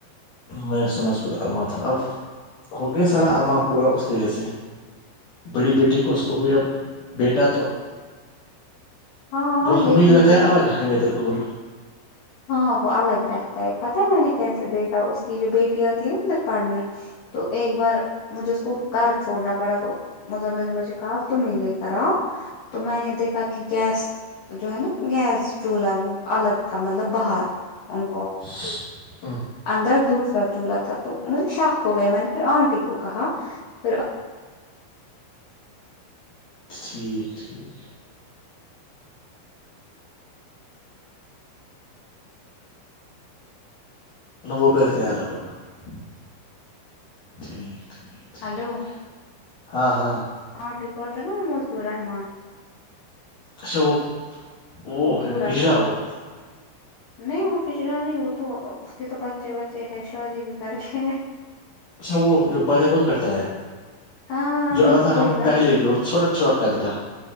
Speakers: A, on the left (about 75°); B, on the left (about 90°).
A: میں سنا اس ک ارما تھا اب ہو گیا سارا ارما پورا اس کی وجہ سے بڑی بیٹی کو اس کو ہو بیٹا تو
B: ہاں
A: وہ
B: لیکن
A: حمید رہتا ہے
B: یہ
A: الگ حدر گور
B: ہاں وہ الگ رہتا ہے پتاہ ہے میں نے کیسے دیکھا اس کی جو بیٹی آتی ہے نا پڑھنے تو ایک بار مجھے اس کو گھر چھوڑنا پڑا مزمل نے مجھے کہا اب تم ہی لے کراؤ تو میں نے کا کہ گیس جو ہے نا گیس چولہا وہ الگ تھا مطلب باہار ان کو
A: <inaudible>
B: اندر دوسرا چولہا تھا تو مجھے شق ہو گیا میں نے پھر آنٹی کو کہا پھر
A: ٹھیک ٹھیک مطلب وہ بیہتے ہیں لگ بھگ ٹھیک ٹھیک ٹھیک
B: ہلو
A: ہاں ہاں
B: آنٹی کوکتا نہا وہ مزور رحمان
A: اچھا وہ وہ
B: بوڑھا
A: ہجرا وہ
B: نہیں وہ کھچڑا نہیں وہ تو اس کے تو بچے بچے ہیں شادی بھی کر کے
A: اس وہ جو بات ہے وہ تو کرتا ہے
B: ہاں
A: جو آتا تھا
B: وہی
A: ہم
B: رہ
A: پہلے بھی وہ چھوٹا چھڑا کت کا